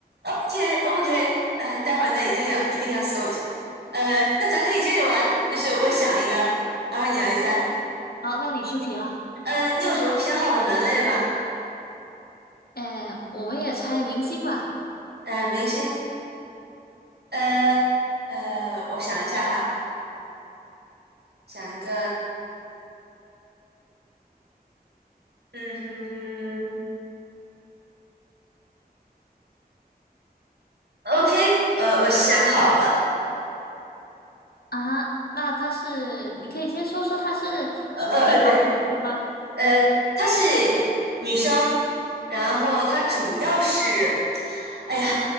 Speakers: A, on the right; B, on the left.
A: OK OK，呃，待会儿那一定要一定要搜一下。呃，那咱可以接着玩，就是我想一个，然后你来猜。
B: 好，那你出题了。
A: 呃，你有什么偏好的门类吗？
B: 哎，我们也猜明星吧。
A: 呃，明星。呃呃，我想一下哈，想一个，嗯哼哼，OK，呃，我想好了，
B: 啊哈，那他是，你可以先说说他是什么地方的明星吗？
A: 呃呃呃，对，呃，她是女生，然后她主要是，哎呀，